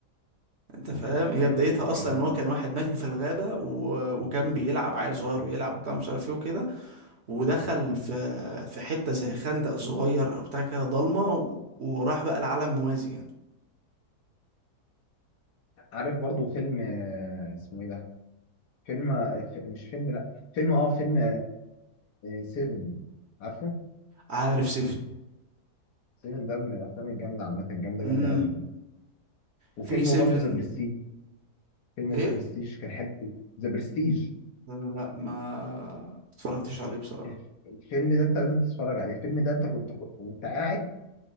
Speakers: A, on the right (about 55°); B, on the left (about 85°).
A: انت فاهم هي
B: ايوه
A: بدايتها
B: بس
A: اصلا
B: يعني
A: ان هو كان واحد ماشي في الغابه و... وكان بيلعب عيل صغير ويلعب وبتاع مش عارف ايه وكده ودخل في في حته زي خندق صغير او بتاع كده ضلمه و... وراح بقى العالم موازي يعني
B: عارف برضو فيلم آه، اسمه ايه ده؟ فيلم آه، ف- مش فيلم لا فيلم اه فيلم 7 عارفه؟
A: عارف سيفن
B: 7 ده من الافلام الجامده عامه جامده
A: امم
B: جامده قوي يعني وفيلم
A: في سيفن
B: برضو ذا برستيج فيلم
A: ايه
B: ذا برستيج كان حلو ذا برستيج
A: لا ما اتفرجتش عليه بصراحه
B: الف- الفيلم ده انت لازم تتفرج عليه الفيلم ده انت كنت وانت قاعد